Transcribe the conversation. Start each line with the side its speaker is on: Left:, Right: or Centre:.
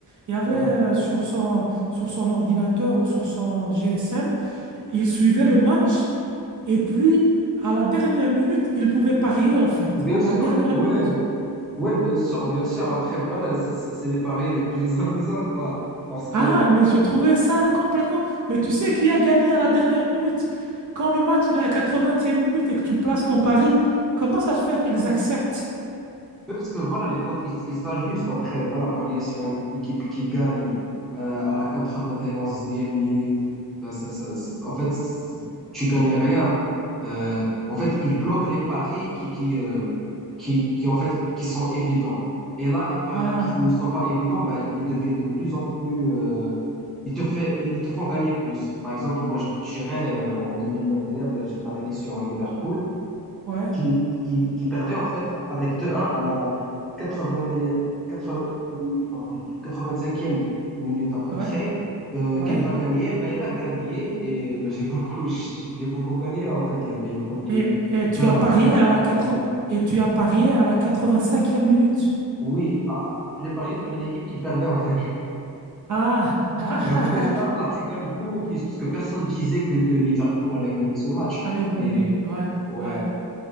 Right: Il y avait
Centre: ouais.
Right: euh, sur son, sur son ordinateur ou sur son GSM, il suivait le match. Et puis, à la dernière minute, ils pouvaient parier, en fait.
Centre: Bien sûr,
Right: À la dernière
Centre: ouais,
Right: minute.
Centre: ouais, bien sûr, bien sûr. Après, voilà, c'est c'est- c'est les paris les plus <laughs> amusants, quoi. Parce que,
Right: Ah, mais je trouvais ça complètement. Mais tu sais qui a gagné à la dernière minute? Quand le match il est à quatre-vingtième minute et que tu places ton pari, comment ça se fait qu'ils acceptent?
Centre: Oui, parce que voilà, les cotes, ils ils s'ajustent après. Voilà, parier sur une équipe qui gagne euh, à la quatre-vingt-onzième minute, ben ça, ça, ça- ça- en fait, c- c- tu gagnes rien. Euh, en fait, ils bloquent les paris qui, qui, euh, qui, qui, en fait, qui sont évidents. Et là, les paris
Right: Ah,
Centre: qui ne sont pas évidents, ben, ils deviennent de plus en plus. euh, ils te fait, ils te font gagner plus. Par exemple, moi, je dirais euh, en 2021 ben, j'ai parié sur Liverpool
Right: ouais,
Centre: qui, qui, qui perdait en fait avec 2-1 à la 81, 80 je me rappelle plus, 85e minute à peu
Right: ouais,
Centre: près, euh,
Right: ouais.
Centre: qu'elle va gagner. Ben, elle a gagné et ben, j'ai beaucoup, <laughs> j'ai beaucoup gagné en fait. Il y avait une cote de
Right: Et, et tu
Centre: 20,
Right: as parié
Centre: 30, je
Right: à
Centre: me
Right: la
Centre: rappelle
Right: quatre.
Centre: plus.
Right: et tu as parié à la quatre-vingt-cinquième minute.
Centre: Oui, ah, ah, j'ai parié sur une équipe qui perdait en fait.
Right: Ah, ah,
Centre: Et en fait,
Right: ah,
Centre: là,
Right: <laughs>
Centre: là, tu gagnes beaucoup plus parce que personne disait que, que Liverpool allait gagner ce match.
Right: allez gagner.
Centre: Et
Right: Ouais,
Centre: ouais,
Right: ouais.